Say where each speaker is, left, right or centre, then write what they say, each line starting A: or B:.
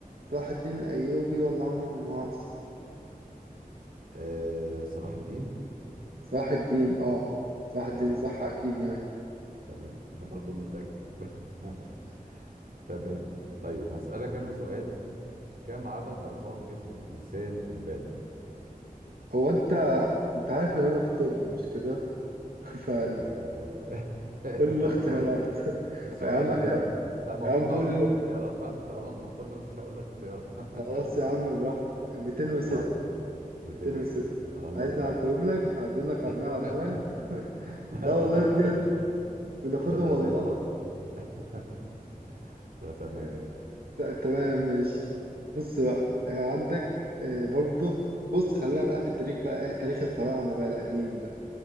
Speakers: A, on the right; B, on the right.
A: صلاح الدين الأيوبي ولا عمرو بن العاص
B: آه صلاح الدين
A: صلاح الدين اه صلاح الدين
B: تمام
A: صح أكيد يعني
B: تمام احنا برضو بنتأكد <laughs> تمام طيب هسألك أنا سؤال كم عدد عظام جسم الإنسان البالغ؟
A: هو انت انت عارف ان انا في طب مش كده <laughs> فيعني
B: آه، <laughs>
A: قول لي الاختيارات
B: طب كويس
A: <laughs>
B: السؤال
A: يا عم يا
B: آه، ده المفروض
A: يا عم
B: بقى
A: قول
B: أقول
A: لي
B: لكش
A: الاخت-
B: اختيارات بقى طالما أنت في طب مش هقول لك اختيارات <laughs>
A: خلاص يا عم براحتك 206
B: طيب 206
A: 206
B: الله
A: عايزني
B: ينور
A: اعدهم لك اعدهم لك عدمية
B: <laughs>
A: عدمية <laughs>
B: لا
A: لا
B: لا
A: والله
B: خلاص
A: بجد
B: كده
A: بناخدهم
B: لا لا
A: والله
B: زي الفل <laughs> ده تمام
A: آه، ت- تمام ماشي بص بقى آه، عندك آه، برضه بص خلينا بقى في التاريخ بقى آه، تاريخ الفراعنة بقى القديم ده